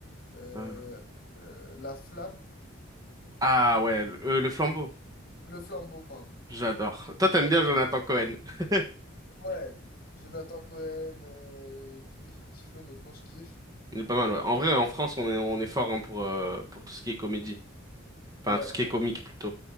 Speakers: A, on the left; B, on the right.
A: Euh,
B: Euh,
A: euh, la flamme,
B: Ah ouais, le, euh, le flambeau.
A: le flambeau, pardon.
B: J'adore. Toi, t'aimes bien Jonathan Cohen. <laughs>
A: Ouais, Jonathan Cohen, euh, tous les films qu'il fait, honnêtement, je kiffe.
B: Il est pas mal, ouais. En vrai, en France, on est on est fort hein, pour euh, pour tout ce qui est comédie. Enfin,
A: Ouais,
B: tout ce qui
A: pour-
B: est comique plutôt.